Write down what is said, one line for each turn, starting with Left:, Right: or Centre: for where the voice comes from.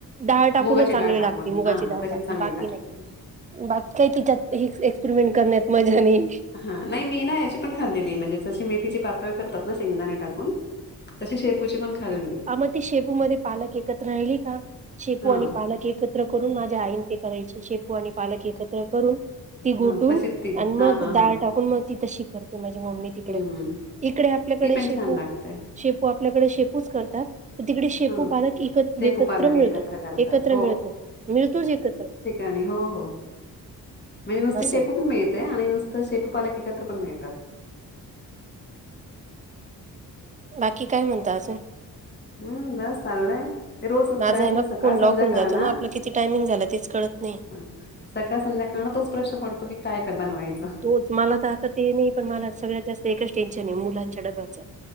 Right: डाळ टाकूनच
Left: मुगाची
Right: चांगली
Left: डाळ टाकून.
Right: लागते, मुगाची
Left: हां,
Right: डाळ
Left: तशीच
Right: टाकून
Left: चांगली
Right: बाकी
Left: लागते.
Right: नाही. बाकी काही तिच्यात हे एक्सपेरिमेंट करण्यात मजा नाही.
Left: हा नाही मी ना याची पण खाल्लेली म्हणजे जशी मेथीची पातळ करतात ना शेंगदाणे टाकून. तशी शेपूची पणं खाल्ली
Right: आं मंग ती शेपूमध्यें पालक एकत्रं राहिली कां शेपू
Left: हा
Right: आणि पालक एकत्रं एकत्रं करूंन माझ्यां आईन ते करायचे शेपू आणि पालक एकत्रं करूंन ती गोठूंन
Left: हा तशीच ती
Right: आणि
Left: हा
Right: मंग
Left: हा
Right: डाळं
Left: हा
Right: टाकूंन मंग ती तशी करते माझी मम्मी तिकडे
Left: हम्म
Right: ईकडे आपल्यांकडे
Left: ती पण
Right: शेपू
Left: छान लागते
Right: शेपू आपल्यांकडे शेपूचं करतांत. तिकडे शेपू
Left: हा
Right: पालक एक एकत्रं
Left: शेपू पालक
Right: मिळतो
Left: एकत्र करतात
Right: एकत्रं मिळतो मिळतोचं एकत्रं.
Left: आणि हो हो म्हणजे नुसती
Right: असं
Left: शेपू
Right: आहे.
Left: पणं मिळते आणि नुस तरं शेपू पालक एकत्रं पणं मिळतातं.
Right: बाकी कायं म्हणतां अजूंन?
Left: हम्म बस चाललंय ते रोज
Right: माझं
Left: खरं ऍक्च्युली
Right: आहे नां
Left: सकाळ
Right: फोन
Left: संध्याकाळ
Right: लॉक होऊन जातो नां आपला किती टाइमिंग झालां तेचं कळतं नाहीं
Left: हं सकाळं संध्याकाळ तोच प्रश्न पडतो की कायं कायं बनवायचं
Right: तोंच मला तरं आता ते नाहीं पणं मलां सगळ्यांत जास्तं एकचं टेन्शन आहे मुलांच्या डब्याचं